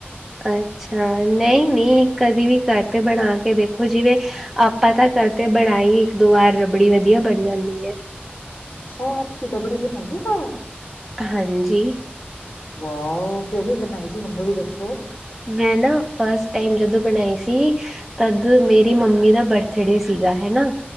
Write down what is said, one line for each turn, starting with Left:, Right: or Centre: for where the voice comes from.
Centre: ਅੱਛਾ ਨਹੀ-ਨਹੀ ਕਦੀ ਵੀ ਕਰਕੇ ਬਣਾ ਕੇ ਦੇਖੋ ਜਿਵੇਂ, ਆਪਾਂ ਤਾਂ ਕਰਦੇ ਬਣਾਈ ਇੱਕ ਦੋ ਵਾਰ ਰਬੜੀ ਵਧੀਆ ਬਣ ਜਾਂਦੀ ਹੈ।
Left: ਅੱਛਾ ਸ਼ੀਰਾ ਬੜੀ ਬਣਾਈਏ ਗਾ।
Centre: ਹਾਂਜੀ।
Left: ਵਾਓ ਤੇਰੀ ਫਿਰ ਨਹੀਂ ਸੀ ਮੁੰਡੇ ਵੀ ਦੱਸੋ
Centre: ਮੈਂ ਨਾ ਫਸਟ ਟਾਈਮ ਜਦੋ ਬਣਾਈ ਸੀ, ਤਦ ਮੇਰੀ ਮੰਮੀ ਦਾ ਬਰਥਡੇ ਸੀਗਾ ਹੈਨਾ